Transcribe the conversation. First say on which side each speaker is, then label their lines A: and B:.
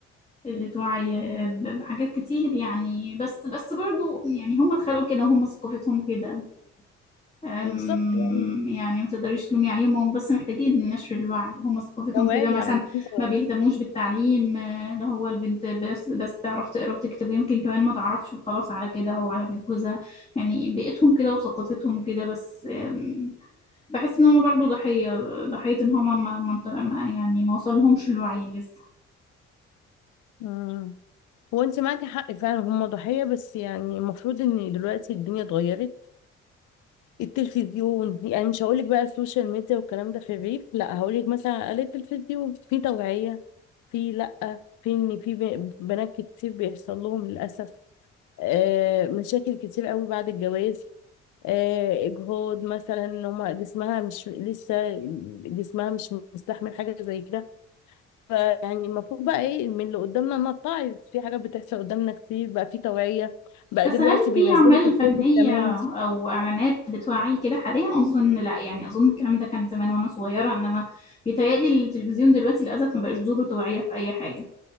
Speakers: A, on the left (about 15°); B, on the left (about 55°).
A: قلة وعي آه، ب- بحاجات كتير يعني بس بس برضو يعني هم اتخلقوا كده هم ثقافتهم كده أم،
B: بالظبط يعني
A: يعني ما تقدريش تلومي عليهم هم بس محتاجين نشر الوعي هم ثقافتهم
B: توعيه
A: كده مثلا
B: عايزين توعيه
A: ما بيهتموش بالتعليم آه، اللي هو البنت بس بس تعرف تقرا وتكتب ويمكن كمان ما تعرفش وخلاص على كده او على بيت جوزها يعني بيئتهم كده وثقافتهم كده بس أم، بحس ان هم برضو ضحية ضحية ان هم ما ما انت- ما- يعني ما وصلهمش الوعي لسه
B: مم. هو انت معاكي حق فعلا هم ضحيه بس يعني المفروض ان دلوقتي الدنيا اتغيرت التلفزيون يعني مش هقولك بقى السوشيال ميديا والكلام ده في الريف لا هقولك مثلا على التلفزيون في توعية في لا في ان في ب- بنات كتير بيحصل لهم للأسف آه، مشاكل كتير قوي بعد الجواز آه، اجهاض مثلا ان هما جسمها مش لسه جسمها مش مستحمل حاجه زي كده فيعني المفروض بقى ايه من اللي قدامنا نتعظ في حاجات بتحصل قدامنا كتير بقى في توعيه بقى
A: بس
B: دلوقتي
A: هل
B: بينزلوا
A: في أعمال
B: في الكتب
A: فنية
B: كمان
A: أو إعلانات بتوعي كده حاليا أظن لا يعني أظن الكلام ده كان زمان وأنا صغيرة إنما بيتهيألي التلفزيون دلوقتي للأسف ما بقاش دوره توعية في أي حاجة